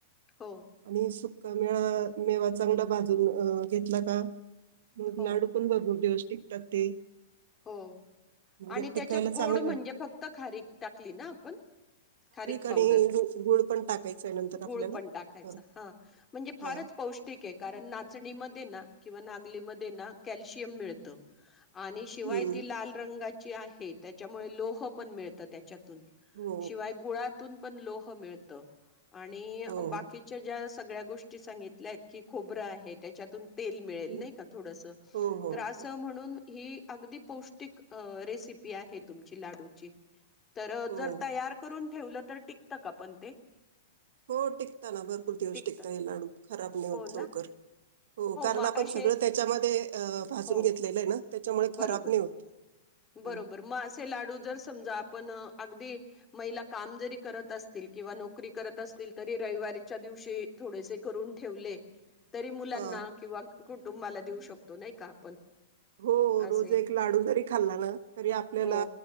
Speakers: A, on the left; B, on the right.
A: हो
B: आणि सु का मेळा मेवा चांगला भाजून अ घेतला का? मग
A: हो
B: लाडू पण भरपूर दिवस टिकतात ते
A: हो
B: म्हणजे
A: आणि त्याच्यात
B: टिकायला चांगलं
A: गोड म्हणजे फक्त खारीक टाकली ना आपण खारीक पावडर
B: आणि गु- गुळ पण टाकायचं आहे नंतर
A: गुळ
B: आपल्याला.
A: पण टाकायचा
B: हां
A: हा म्हणजे फारच
B: हां.
A: पौष्टिक के कारण नाचणीमध्ये ना किंवा नागलीमध्ये ना कॅल्शियम मिळत आणि शिवाय
B: हं.
A: ती लाल रंगाची आहे त्याच्यामुळे लोह पण मिळतं त्याच्यात
B: हो,
A: शिवाय गुळातून पण लोह मिळत आणि
B: हो.
A: बाकीच्या ज्या सगळ्या गोष्टी सांगितल्या की खोबरं आहे त्याच्यातून तेल मिळेल
B: हं.
A: नाही का थोडस
B: हो, हो,
A: तर असं
B: हो,
A: म्हणून ही अगदी पौष्टिक रेसिपी आहे तुमची लाडूची तर
B: हो.
A: जर तयार करून ठेव तर टिकत का पण ते
B: हो टिकता ना भरपूर दिवस
A: टिकतं
B: टिकता हे लाडू खराब नाही
A: हो
B: होत
A: ना
B: लवकर हो कारण
A: मग
B: आपण
A: असे
B: सगळं त्याच्यामध्ये भाजून
A: हो
B: घेतलेलं आहे ना त्याच्यामुळे
A: बरोबर
B: खराब नाही होत. हं.
A: बरोबर मासे लाडू जर समजा आपण अगदी महिला काम जरी करत अस किवा नोकरी करत असतील तरी रविवारीच्या दिवशी थोडेसे करून ठेवले तरी मुलांना
B: हां.
A: किंवा कुटुंबाला देऊ शकतो नाही का आपण
B: हो
A: असे
B: रोज एक लाडू जरी खाल्ला ना तरी आपल्याला
A: हो